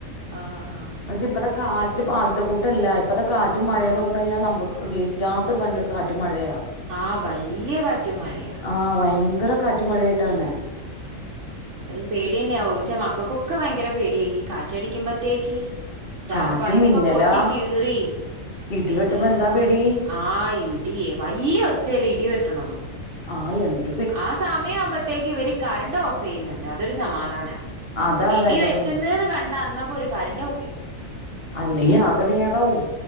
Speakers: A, on the right (about 60°); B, on the left (about 45°).
A: ആഹ ആഹ്
B: പക്ഷെ ഇപ്പത്തെ കാറ്റ് ആദ്യത്തെ കൂട്ടല്ല ഇപ്പത്തെ കാറ്റും മഴയന്ന്
A: ആഹ്
B: പറഞ്ഞു കഴിഞ്ഞാൽ നമ്മുക്ക് പ്രതീക്ഷിക്കാത്തൊരു വന്നൊരു കാറ്റ് മഴയാ
A: ആഹ് വല്ല്യ കാറ്റു മഴയാ
B: ആഹ ഭയങ്കര കാറ്റ് മഴായിട്ട വന്നെ
A: പേടിന്നാവുംച്ചാ മക്കൾക്കൊക്കെ ഭയങ്കര പേടിയായി കാറ്റടിക്കുമ്പോത്തേക്ക് ഡാർ
B: കാറ്റും
A: പായൊക്കെ
B: മിന്നലാ
A: പൊട്ടി കീറി
B: ഇടി
A: പിന്നെ
B: വെട്ടുമ്പോ എന്താ
A: ആ്
B: പേടി
A: ആ ഇടി വല്ല്യ ഒച്ചേല് ഇടി വെട്ടണതു
B: ആയന്ന്
A: ആ സമയം ആവുമ്പഴത്തേക്ക് ഇവര് കറണ്ട് ഓഫ് ചെയ്യുന്നുണ്ട് അതൊരു സമാധാനാ
B: അതാ അതാ
A: ഇടി
B: എന്റെ
A: വെട്ടുന്ന്ന്ന്
B: പൊന്നോ
A: കണ്ട അന്നപ്പോ ഓര് കരന്റ് ഓഫ് ചെയ്യും
B: അല്ലെങ്കി ആകെ എടങ്ങേറാവും